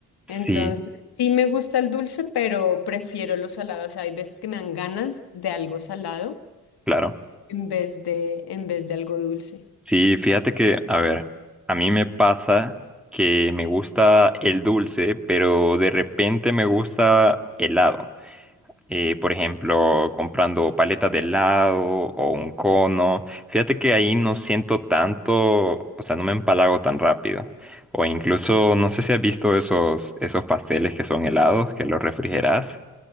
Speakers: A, in the centre; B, on the left (about 75°).
A: sí,
B: Entonces, sí me gusta el dulce, pero prefiero lo salado. O sea, hay veces que me dan ganas de algo salado
A: claro.
B: en vez de, en vez de algo dulce.
A: Sí, fíjate que, a ver, a mí me pasa que me gusta el dulce, pero de repente me gusta helado. Eh, por ejemplo, comprando paletas de helado o un cono. Fíjate que ahí no siento tanto, o sea, no me empalago tan rápido. O incluso, no sé si has visto esos, esos pasteles que son helados, que los refrigeras.